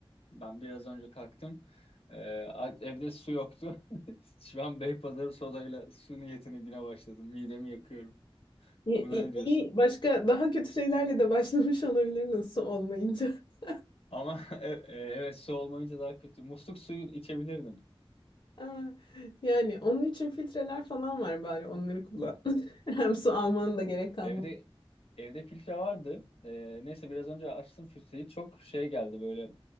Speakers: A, on the left; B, on the left.
A: Ben biraz önce kalktım. Ee, a- evde su yoktu. <laughs> Şu an Beypazarı sodayla su niyetine güne başladım. Midemi yakıyorum.
B: İyi,
A: Buna
B: iyi-
A: ne diyorsun?
B: iyi. başka daha kötü şeylerle de başlamış olabilirdiniz su olmayınca. <laughs>
A: Ama <laughs> e- e, evet su olmayınca daha kötü. Musluk suyu içebilirdim.
B: Aa, yani onun için filtreler falan var bari onları kullan. <laughs> Hem su almanın da gerek kalmaz.
A: Evde evde filtre vardı. E, neyse biraz önce açtım filtreyi. Çok şey geldi böyle